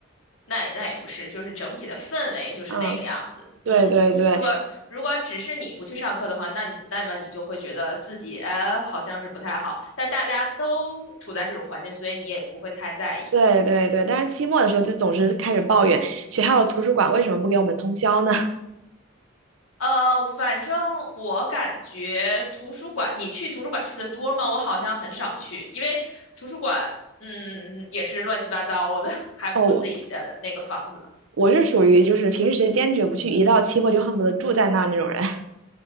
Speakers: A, on the left; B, on the right.
A: 那也那也不是，就是整体的氛围就是那个样子。
B: 嗯，对对对
A: 嗯，如果如果只是你不去上课的话，那你那么你就会觉得自己呃好像是不太好，但大家都处在这种环境，所以你也不会太在意。
B: 对对对。但是期末的时候就总是开始抱怨学校的图书馆为什么不给我们通宵呢？
A: 呃，反正我感觉图书馆，你去图书馆去的多吗？我好像很少去，因为图书馆嗯也是乱七八糟的，<laughs> 还不如自己的那个房子呢。
B: <laughs> 哦，我我是属于就是平时坚决不去，一到期末就恨不得住在那儿那种人。<laughs>